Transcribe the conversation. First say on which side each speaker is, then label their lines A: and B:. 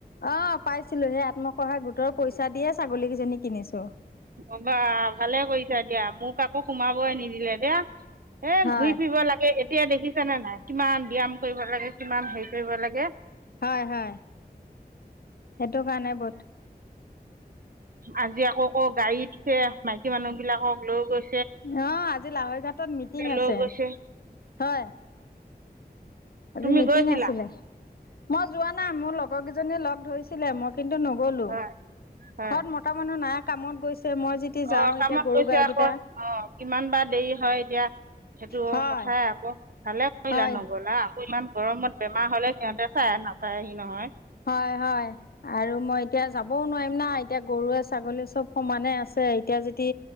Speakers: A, on the left; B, on the right.
A: অঁ পাইছিলো সেই আত্মসহায়ক গোটৰ পইচা দিয়ে ছাগলীকেইজনী কিনিছো।
B: অ'বা ভালে কৰিছা দিয়া মোক আকৌ সোমাবই নিদিলে দিয়া। এ
A: হয়
B: ঘূৰি ফুৰিব লাগে এতিয়া দেখিছেনে নাই কিমান ব্যায়াম কৰিব লাগে কিমান হেৰি কৰিব লাগে।
A: হয়- হয় সেইটো কাৰণে বহুত
B: আজি আকৌ ক' গাড়ীতছে মাইকী মানুহ বিলাকক লৈ গৈ
A: অঁ আজি লাহৈ ঘাটত মিটিং
B: লৈ
A: আছে,
B: গৈছে
A: হয়। আজি
B: তুমি
A: মিটিং
B: গৈছিলা
A: আছিলে, মই যোৱা নাই মোৰ লগৰ কিজ জনিয়ে লগ ধৰিছিলে মই কিন্তু নগ'লো,
B: হয় হয়
A: ঘৰত মতা মানুহ নাই কামত গৈছে। মই যেতিয়া
B: অ
A: যাওঁ
B: কামত
A: এতিয়া গৰু
B: গৈছোঁ
A: গাইকেইটা
B: আকৌ অ কিমান বা দেৰি হয় এতিয়া সেইটো
A: হয়
B: কথাই আকৌ ভালে কৰিলা
A: হয়
B: নগ'লা। ইমান গৰমত বেমাৰ হলে সিহঁতে খাই নাচায়হি নহয়।
A: হয় হয় আৰু মই এতিয়া যাবও নোৱাৰিম না। এতিয়া গৰুৱে ছাগলী চব সমানে আছে। ছে এতিয়া যদি